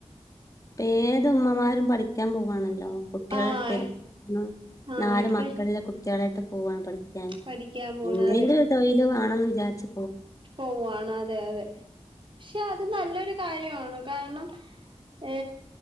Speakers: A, on the left; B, on the right.
A: ഏത് ഉമ്മമാരും പഠിക്കാൻ പോവാണല്ലോ, കുട്ടികളട്ടി
B: ആഹ്
A: <unintelligible>
B: ആഹ്
A: നാല്
B: ഇപ്പ
A: മക്കള്ള്ള കുട്ടികളായിട്ട് പോവാണ് പഠി ഞാൻ
B: പഠിക്കാൻ പോണ്
A: എന്തെങ്കിലും
B: അതെ
A: ഒരു തൊഴില് വേണന്ന് വിചാരിച്
B: പോവാണ് അതെ അതെ ക്ഷെ ത് നല്ലൊരു കാര്യാണ് കാരണം ഏ